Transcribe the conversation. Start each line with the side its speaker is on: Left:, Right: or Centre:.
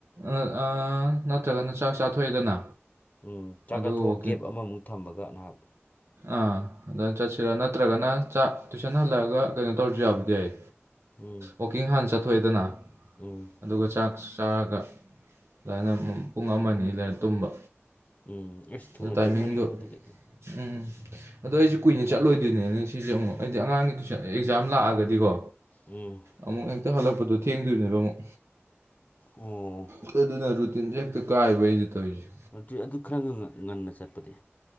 Right: ꯑꯥ ꯑꯥ ꯅꯠꯇ꯭ꯔꯒꯅ ꯆꯥꯛ ꯆꯥꯊꯣꯛꯑꯦꯗꯅ
Left: ꯎꯝ ꯆꯥꯛ
Right: ꯑꯗꯨꯒ
Left: ꯆꯥꯊꯣꯛꯑ
Right: ꯋꯥꯛꯀꯤꯡ
Left: ꯒꯦꯞ ꯑꯃꯃꯨꯛ ꯊꯝꯕꯒ ꯅꯍꯥꯛ
Right: ꯑꯥ ꯑꯗꯥꯏ ꯆꯠꯁꯤꯔ ꯅꯠꯇ꯭ꯔꯒꯅ ꯆꯥꯛ ꯇꯨꯏꯁꯟ ꯍꯜꯂꯛꯑꯒ ꯀꯩꯅꯣ ꯇꯧꯔꯁꯨ ꯌꯥꯕꯨꯗꯤ ꯌꯥꯏ
Left: ꯎꯝ
Right: ꯋꯥꯛꯀꯤꯡ ꯍꯥꯟꯅ ꯆꯠꯊꯣꯛꯑꯦꯗꯅ
Left: ꯎꯝ
Right: ꯑꯗꯨꯒ ꯆꯥꯛ ꯆꯥꯔꯒ ꯑꯗꯥꯏꯅ ꯄꯨꯡ ꯑꯃ ꯑꯅꯤ ꯂꯩꯔ ꯇꯨꯝꯕ
Left: ꯎꯝ ꯑꯁ ꯊꯨꯅ
Right: ꯑꯗꯨ ꯇꯥꯏꯃꯤꯡꯗꯣ
Left: ꯇꯨꯝꯃꯅꯤ ꯃꯗꯨꯗꯤ
Right: ꯎꯝ ꯑꯗꯣ ꯑꯩꯁꯦ ꯀꯨꯏꯅ ꯆꯠꯂꯣꯏꯗꯣꯏꯅꯦꯅꯦ ꯁꯤꯁꯦ ꯑꯃꯨꯛ ꯑꯩꯗꯤ ꯑꯉꯥꯡꯒꯤ ꯇꯨꯁ ꯑꯦꯛꯖꯥꯝ ꯂꯥꯛꯑꯒꯗꯤꯀꯣ
Left: ꯎꯝ
Right: ꯑꯃꯨꯛ ꯍꯦꯛꯇ ꯍꯜꯂꯛꯄꯗꯣ ꯊꯦꯡꯗꯣꯏꯅꯦꯕ ꯑꯃꯨꯛ
Left: ꯑꯣ
Right: ꯑꯗꯨ ꯗꯨꯅ ꯔꯨꯇꯤꯟꯁꯤꯅ ꯍꯦꯛꯇ ꯀꯥꯏꯕ ꯑꯩꯅꯥ ꯇꯧꯔꯤꯁꯦ
Left: ꯅꯠꯇ꯭ꯔꯤ ꯑꯗꯨ ꯈꯔ ꯉꯟꯅ ꯆꯠꯄꯗꯤ